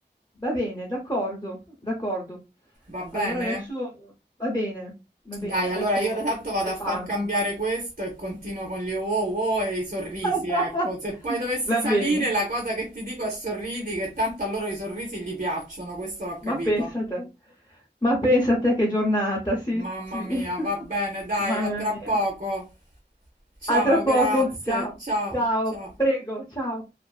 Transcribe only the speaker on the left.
Va bene, d'accordo, d'accordo.
Allora adesso va bene, va
bene, adesso
mi
preparo.
<laughs>
Va
bene,
ma pensa a te, ma pensa a te che giornata, sì,
sì.
<laughs>
Mamma
mia.
A tra poco,
ciao,
ciao,
prego, ciao.